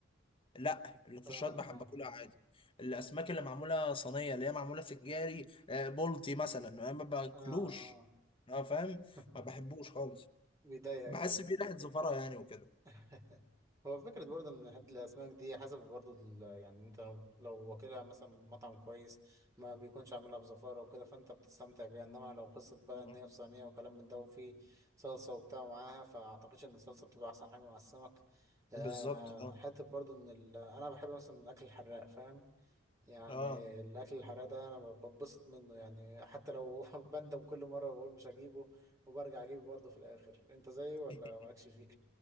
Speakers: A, on the left (about 25°); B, on the right (about 15°).
A: لا القشرات
B: اه
A: بحب
B: اه
A: اكلها عادي الاسماك اللي معموله صينيه اللي هي معموله في الجاري آه، بلطي مثلا انا ما باكلوش
B: اه اه
A: اه فاهم
B: <laughs>
A: ما بحبوش خالص
B: بيضايقك
A: بحس
B: ده.
A: فيه ريحه زفره يعني وكده
B: <laughs> هو فكرة برضه إن حتة الأسماك دي حسب برضه ال- يعني أنت لو لو واكلها مثلا من مطعم كويس ما بيكونش عاملها بزفارة وكده فأنت بتستمتع بيها إنما لو قصة بقى إن
A: آه.
B: هي في صينية وكلام من ده وفي صلصة وبتاع معاها فأعتقدش إن الصلصة بتبقى أحسن حاجة مع السمك آه،
A: بالظبط اه
B: حتة برضه إن ال- أنا بحب مثلا الأكل الحراق فاهم يعني
A: اه
B: الأكل الحراق ده أنا ببسط منه يعني حتى لو <laughs> بندم كل مرة بقول مش هجيبه وبرجع أجيبه برضه في الآخر أنت زيي ولا
A: <laughs>
B: مالكش فيه؟